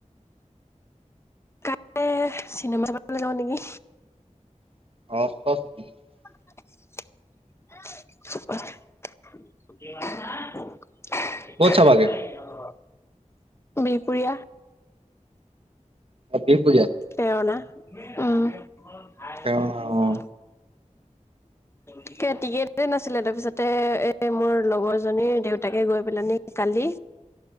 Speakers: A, on the left; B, on the right.
A: কাইলে চিনেমা চাব লে জাওঁ নেকি
B: <unintelligible>
A: <unintelligible>
B: চাবাগে
A: বিহপুৰীয়া
B: সতী পূজা
A: পেৰনা উম
B: অ', অ
A: টিকে টিকেটে নাছিলে তাৰপিছতে এ মোৰ মোৰ লগৰজনীৰ দেউতাকে গৈ পেলা আনি কালি